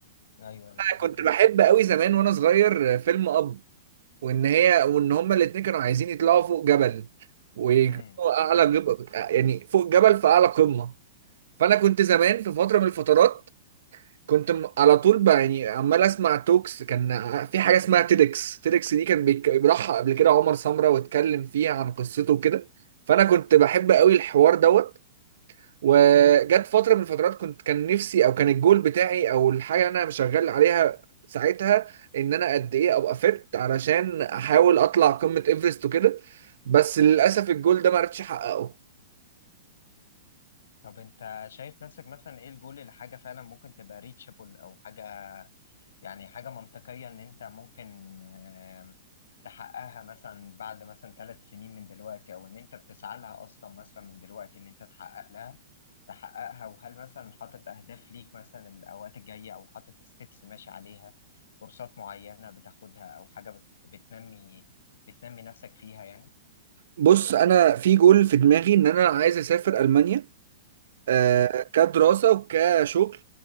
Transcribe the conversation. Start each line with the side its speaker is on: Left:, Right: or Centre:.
Left: ايوه ايوه معروف
Right: كنت بحب قوي زمان وانا صغير فيلم اب وان هي وان هما الاتنين كانوا عايزين يطلعوا فوق جبل ويكونوا
Left: امم
Right: اعلى جبل يعني فوق جبل في اعلى قمة فانا كنت زمان في فترة من الفترات كنت م- على طول ب- يعني عمال اسمع توكس كان في حاجة اسمها تيدكس تيدكس دي كان بيك- بيروحها قبل كده عمر سمرة واتكلم فيها عن قصته وكده فانا كنت بحب قوي الحوار دوت وجت فتره من الفترات كنت كان نفسي او كان الجول بتاعي او الحاجه اللي انا شغال عليها ساعتها ان انا قد ايه ابقى فت علشان احاول اطلع قمه ايفرست وكده بس للاسف الجول ده ما عرفتش احققه
Left: طب انت شايف نفسك مثلا ايه الجول لحاجه فعلا ممكن تبقى ريتشابل او حاجه يعني حاجة منطقية إن أنت ممكن آم، تحققها مثلا بعد مثلا ثلاث سنين من دلوقتي أو إن أنت بتسعى لها أصلا مثلا من دلوقتي إن أنت تحقق لها تحققها وهل مثلا حاطط أهداف ليك مثلا الأوقات الجاية أو حاطط ستيبس ماشي عليها كورسات معينة بتاخدها أو حاجة بت- بتنمي بتنمي نفسك فيها يعني
Right: بص انا في جول في دماغي ان انا عايز اسافر المانيا آه
Left: مم.
Right: كدراسه وكشغل